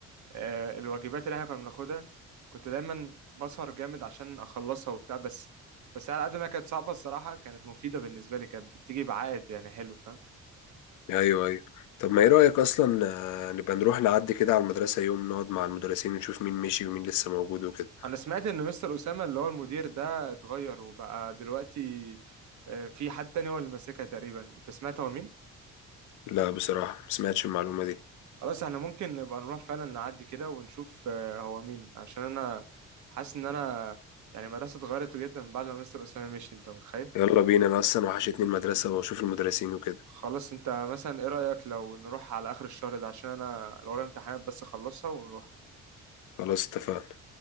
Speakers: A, on the right; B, on the left.
A: آه، الواجبات اللي احنا كنا بناخدها كنت دايما بسهر جامد عشان اخلصها وبتاع بس بس على قد ما كانت صعبة الصراحة كانت مفيدة بالنسبة لي كانت بتيجي بعائد يعني حلو فاهم
B: أيوه أيوه طب ما إيه رأيك أصلا آه، نبقى نروح نعدي كده على المدرسة يوم نقعد مع المدرسين ونشوف مين مشي ومين لسه موجود وكده
A: انا سمعت ان مستر أسامة اللي هو المدير ده اتغير وبقى دلوقتي آه، في حد تاني هو اللي ماسكها تقريبا انت سمعت هو مين
B: لا بصراحة مسمعتش المعلومة دي
A: خلاص احنا ممكن نبقى نروح فعلا نعدي كده ونشوف آه، هو مين عشان انا حاسس ان انا يعني المدرسة اتغيرت جدا بعد ما مستر أسامة مشي انت متخيل
B: يلا بينا أنا أصلا وحشتني المدرسة وأشوف المدرسين وكده
A: خلاص انت مثلا ايه رأيك لو نروح على اخر الشهر ده عشان انا لو ورايا امتحانات بس اخلصها ونروح
B: خلاص اتفقنا